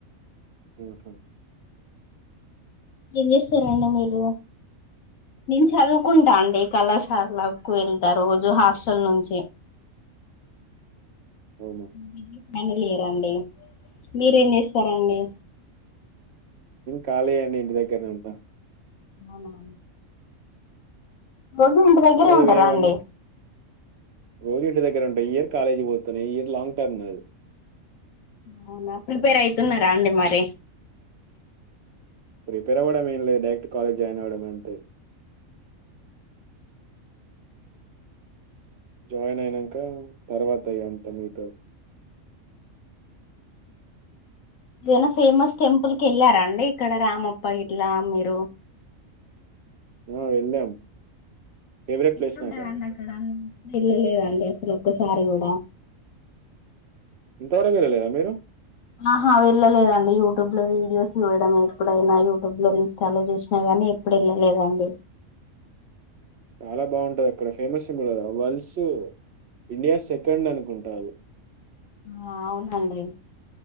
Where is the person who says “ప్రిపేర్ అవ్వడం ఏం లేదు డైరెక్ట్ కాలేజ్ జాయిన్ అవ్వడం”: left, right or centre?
Right